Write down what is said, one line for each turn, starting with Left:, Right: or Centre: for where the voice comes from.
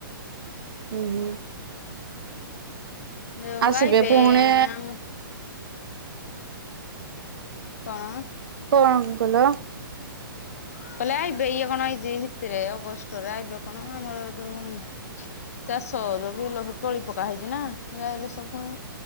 Right: ହୁଁ ହୁଁ।
Left: ଏୱଇ
Right: ଆସିବେ
Left: ବେଇଆମ୍
Right: ପୁଣି
Left: <unintelligible> କଣ?
Right: କଣ କଲ?
Left: କହିଲେ ଆଇବେ ଇଏ କଣ ଏଇ ଭିତିରେ ଅଗଷ୍ଟରେ ଆଇବେ କଣ ଆମର ଯୋଉ ଚାଷ ଜମି ଲ ତଳି ପକା ହେଇଚି ନାଁ ଇଆ ହେଲେ ସବୁ